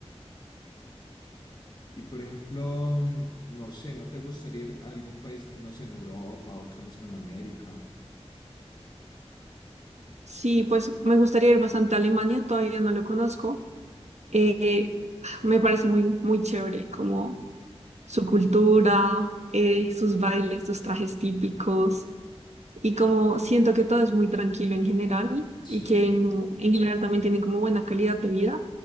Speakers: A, on the left; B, on the right.
A: Y por ejemplo, mm, no sé, ¿no te gustaría ir a algún país, no sé, en Europa o acá mismo en América?
B: Sí, pues me gustaría ir bastante a Alemania, todavía no lo conozco. Eh, me parece muy, muy chévere, como su cultura, eh, sus bailes, sus trajes típicos, y como siento que todo es muy tranquilo en general y
A: Sí,
B: que en, en general también tienen como buena calidad de vida.